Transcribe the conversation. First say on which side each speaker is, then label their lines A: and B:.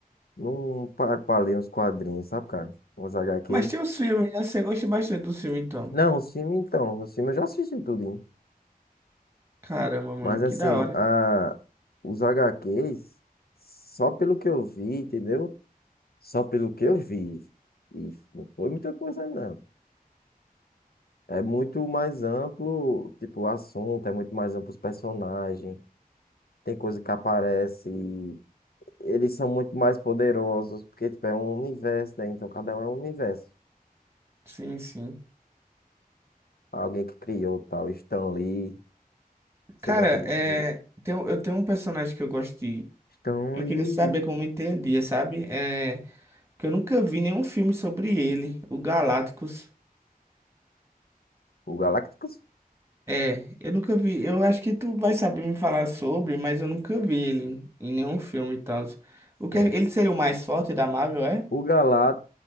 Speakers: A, on the left; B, on the right.
A: não parpalei uns quadrinhos, sabe, cara? Umas HQ.
B: Mas tem os filmes, né? Você gosta bastante do filme, então.
A: Não, o filme então, o filme eu já assisti tudo, hein?
B: Caramba, mano,
A: Mas
B: que
A: assim,
B: da hora.
A: a... os HQs, só pelo que eu vi, entendeu? Só pelo que eu vi. E não foi muita coisa, não. É muito mais amplo, tipo, o assunto, é muito mais amplo os personagens. Tem coisa que aparece, e eles são muito mais poderosos, porque, tipo, é um universo, né? Então cada um é um universo.
B: Sim, sim.
A: Alguém que criou tal, Stan Lee. Você
B: Cara,
A: gosta do
B: é...
A: Stan Lee?
B: tem um- eu tenho um personagem que eu gosto de...
A: Stan
B: Eu
A: Lee.
B: queria saber como entendia, sabe? É... Porque eu nunca vi nenhum filme sobre ele, o Galácticos.
A: O Galactus?
B: É, eu nunca vi. Eu acho que tu vai saber me falar sobre, mas eu nunca vi ele em nenhum filme e tal. O que
A: Sim.
B: é- ele seria o mais forte da Marvel, é?
A: O Galá,